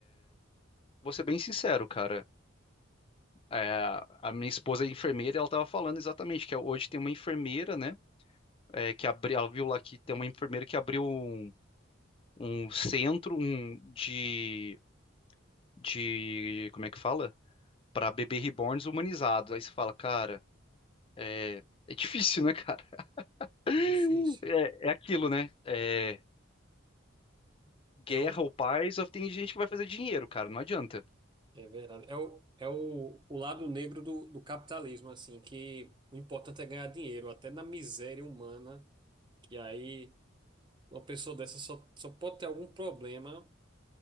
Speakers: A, on the left; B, on the right.
A: Vou ser bem sincero, cara. É, a minha esposa é enfermeira, e ela tava falando exatamente que hoje tem uma enfermeira, né? é, que abriu, ela viu lá que tem uma enfermeira que abriu um um centro um de, de como é que fala? Para bebê reborns humanizados. Aí você fala, cara, é é difícil, né, cara? <laughs>
B: É difícil.
A: É, é aquilo, né? É, guerra
B: É o,
A: ou paz, só tem gente que vai fazer dinheiro, cara, não adianta.
B: É verdade. É o, é o, o lado negro do, do capitalismo, assim, que o importante é ganhar dinheiro, até na miséria humana, que aí uma pessoa dessa só, só pode ter algum problema